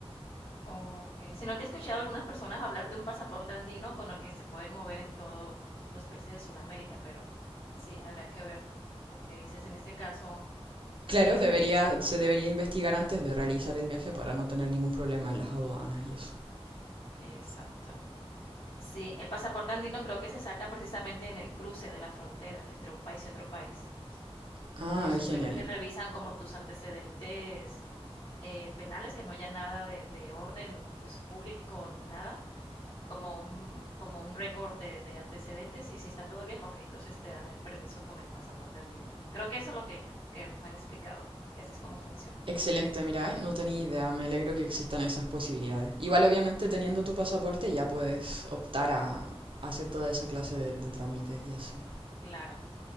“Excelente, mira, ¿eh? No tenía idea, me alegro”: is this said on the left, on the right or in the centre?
Right